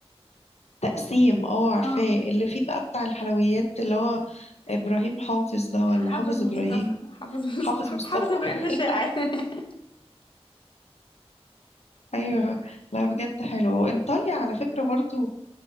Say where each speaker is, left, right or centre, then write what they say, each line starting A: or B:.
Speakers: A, on the left; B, on the left.
A: تقسيم اه عارفاه
B: اه
A: اللي فيه بقى بتاع الحلويات اللي هو إبراهيم حافظ ده ولا
B: حافظ
A: حافظ
B: مصطفى
A: إبراهيم
B: حافظ مصطفى
A: حافظ مصطفى
B: حافظ ابراهيم
A: <laughs>
B: ده شاعر <laughs>
A: ايوه لا بجد حلو وانطاليا على فكره برضو